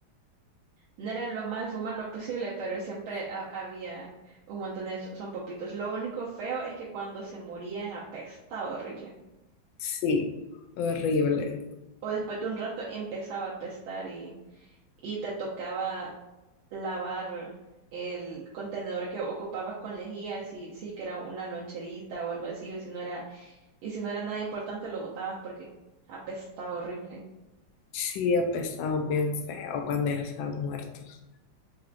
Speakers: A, on the right (about 80°); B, on the left (about 75°).
A: No era lo más humano posible, pero siempre ha- había un montón de son popitos. Lo único feo es que cuando se morían apestaba horrible.
B: Sí, horrible.
A: O después de un rato empezaba a apestar y, y te tocaba lavar el contenedor que ocupabas con lejía, si, si es que era una loncherita o algo así, o si no era, y si no era nada importante lo botabas porque apestaba horrible.
B: Sí, apestaban bien feo cuando ya estaban muertos.